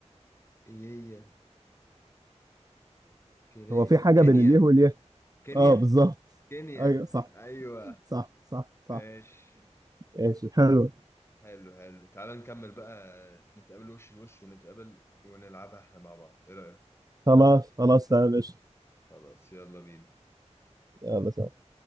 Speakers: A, on the left; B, on the right.
A: ايه كري
B: هو في
A: أسامي
B: حاجة
A: كينيا
B: بين اليه واليه
A: كينيا
B: اه بالظبط
A: كينيا
B: ايوه صح
A: ايوه
B: صح صح
A: ماشي
B: صح ايش حلو
A: حلو حلو تعال نكمل بقى نتقابل وش لوش ونتقابل ونلعبها احنا مع بعض ايه رأيك
B: خلاص خلاص تمام قشطة
A: خلاص يلا بينا
B: يلا سلام